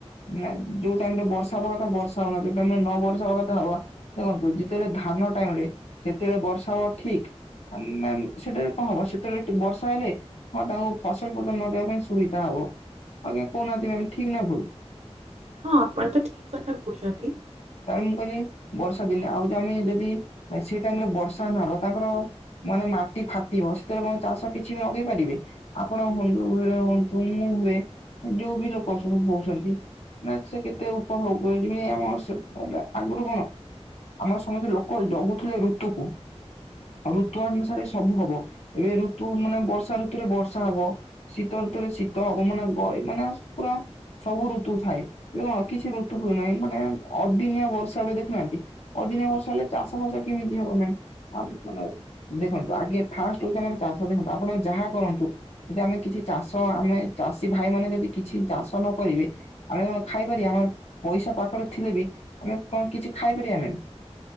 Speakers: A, on the left; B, on the right.
A: ନାଇଁ ଯୋଉ ଟାଇମ ରେ ବର୍ଷା ହବା କଥା ବର୍ଷା ହବନା ଯୋଉ ଟାଇମ ରେ ନ ବର୍ଷା ହେବା କଥା ହବ। ଦେଖନ୍ତୁ ଯେତେବେଳେ ଧାନ ଟାଇମ ରେ ସେତେବେଳେ ବର୍ଷା ହବ ଠିକ ସେଟାରେ କଣ ହବ ସେତେବେଳେ ବର୍ଷା ହେଲେ ହଁ ତାଙ୍କୁ ଫସଲ ଫସଲ ଲଗେଇବା ପାଇଁ ସୁବିଧା ହବ। ଆଜ୍ଞା କହୁନାନ୍ତି ମାମ ଠିକ ନା ଭୁଲ?
B: ହଁ ଆପଣ ତ ଠିକ କଥା କହୁଚନ୍ତି।
A: ତାପରେ ମୁଁ କହିଲି ବର୍ଷା ଦିନେ ଆଉ ଯ ଆମେ ଯଦି ସେ ଟାଇମରେ ବର୍ଷା ନହବ ତାଙ୍କର ମାନେ ମାଟି ଫାଟିବ ସେଥିବେଳେ କ ଚାଷ କିଛି ବି ଲଗେଇ ପାରିବେ? ଆପଣ ହୁଅନ୍ତୁ <unintelligible> ମୁଁ ହୁଏ ଯୋଉ ବି ଲୋକ ସବୁ ହଉଚନ୍ତି ନା ସେ କେତେ ଉପଭୋଗ ଯେମିତି ଆମ <unintelligible> ନଲେ ଆଗରୁ କଣ ଆମର ସମସ୍ତେ ଲୋକ ଜଗୁଥିଲେ ଋତୁକୁ। ଆଉ ଋତୁ ଅନୁସାରେ ସବୁ ହବ ଏବେ ଋତୁ ମାନେ ବର୍ଷା ଋତୁରେ ବର୍ଷା ହବ। ଶୀତ ୠତୁରେ ଶୀତ ହବ। ମାନେ ଗ ମାନେ ପୁରା ସବୁ ଋତୁ ଥାଏ ଏବେ କଣ କିଛି ଋତୁ ଫୁତୁ ନାହିଁ। ମାନେ ଅଦିନିଆ ବର୍ଷା ଏବେ ଦେଖୁନାହାନ୍ତି। ଅଦିନିଆ ବର୍ଷା ହେଲେ ଚାଷ ଫାସ କେମିତି ହବ ମ୍ୟାମ? ଆ ମାନେ ଦେଖନ୍ତୁ ଆଗେ ଫାଷ୍ଟ ହଉଚି ଆମର ଚାଷ <unintelligible> ଆପଣ ଯାହା କରନ୍ତୁ ଯଦି ଆମେ କିଛି ଚାଷ ଆମେ ଚାଷୀ ଭାଇ ମାନେ ଯଦି କିଛି ଚାଷ ନ କରିବେ ଆମେ କଣ ଖାଇପାରିବା ଆମର ପଇସା ପାଖରେ ଥିଲେ ବି ଆମେ କଣ କିଛି ଖାଇପାରିବା ମ୍ୟାମ?